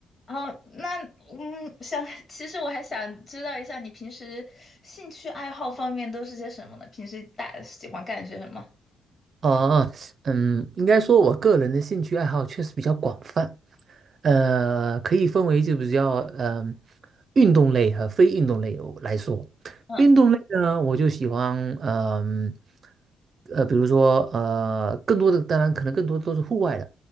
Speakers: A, on the left; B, on the right.
A: 哦，那嗯，想，其实我还想知道一下，你平时兴趣爱好方面都是些什么呢？平时大喜欢干些什么？
B: 哦，嗯，应该说，我个人的兴趣爱好确实比较广泛，呃，可以分为就比较嗯、运动类和非运动类有来说。
A: 嗯
B: 运动类呢，我就喜欢嗯呃，比如说呃，更多的当然可能更多都是户外的，